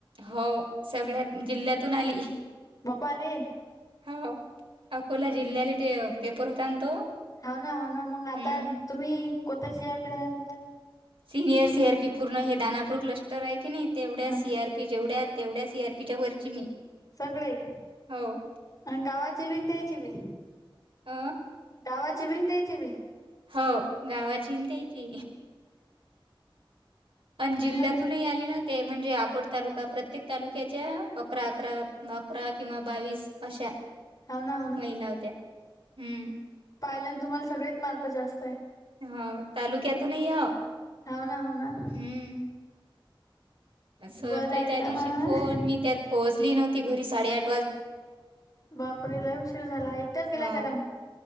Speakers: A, on the right; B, on the left.
A: हो सगळ्यात जिल्ह्यातून आली.
B: बापा रे
A: हो अकोला जिल्ह्याले ते पेपर होता तो.
B: हाव ना हाव ना मग आता
A: हं.
B: तुम्ही कोणता सी आर पी झाला तुमचा.
A: सिनियर सी आर पी पूर्ण हे दानापूर क्लस्टर आहे की नाही, तेवढ्या
B: हा
A: सी आर पी जेवढ्यात तेवढ्या सी आर पीच्या वरची मी.
B: सगळे
A: हो.
B: आणि गावाचे बी त्याची बी.
A: अ,
B: गावाची बीन त्याचीबी
A: हो गावाची त्याची. अंन जिल्यातूनही
B: मले
A: आली ना. ते म्हणजे अकोट तालुका प्रत्येक तालुक्याच्या अकरा अकरा अकरा किंवा बावीस अशा
B: हो ना
A: महिला होत्या हम्म
B: पाहिल्यान तुम्हाला सगळ्यात मार्क जास्त आहे.
A: हो तालुक्यातूनही हो
B: हाव ना हाव ना
A: हम्म सरचाही
B: बरं आहे
A: त्या
B: ना
A: दिवशी
B: मग
A: फोन. मी त्यात पोहोचली नव्हती घरी साडेआठ
B: बापरे लयी उशीर झाला. एकट्याच गेला
A: हो.
B: होत्या का म.